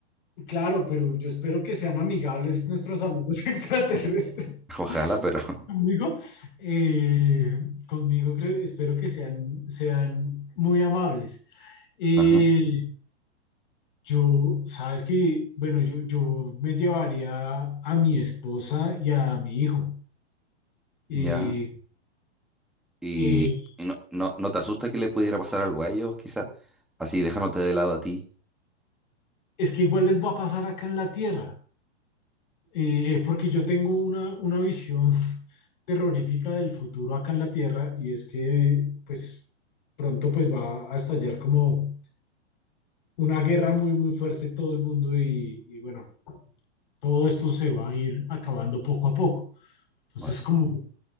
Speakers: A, on the left; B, in the centre.
A: claro, pero yo espero que sean amigables nuestros amigos <laughs> extraterrestres.
B: <laughs> Ojalá, pero <laughs>
A: Conmigo, eh, conmigo creo- espero que sean, sean muy amables. Eh,
B: ajá,
A: yo, sabes que, bueno, yo, yo me llevaría a mi esposa y a mi hijo. Eh,
B: ya. Y,
A: eh,
B: y no, no, ¿no te asusta que le pudiera pasar algo a ellos, quizás? Así dejándote de lado a ti.
A: es que igual les va a pasar acá en la Tierra. Eh, es porque yo tengo una, una visión <laughs> terrorífica del futuro acá en la Tierra y es que pues pronto pues va a estallar como una guerra muy muy fuerte en todo el mundo y, y bueno, todo esto se va a ir acabando poco a poco. Entonces
B: Vale.
A: como